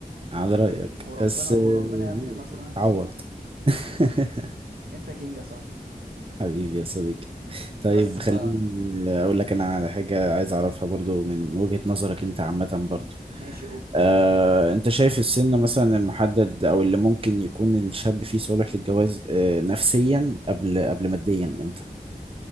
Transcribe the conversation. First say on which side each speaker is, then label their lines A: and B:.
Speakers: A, on the right; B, on the right.
A: على رأيك
B: وربنا
A: بس آه،
B: وربنا يا ابني خسرانه
A: اتعوض
B: كتير
A: <laughs>
B: انت كينج يا صاحبي
A: حبيبي يا صديقي طيب
B: بس ف
A: خليني اقول لك انا على حاجه عايز اعرفها برضو من وجهه نظرك انت عامه برضو
B: ماشي قول
A: آه، انت شايف السن مثلا المحدد او اللي ممكن يكون الشاب فيه صالح للجواز آه، نفسيا قبل قبل ماديا امتى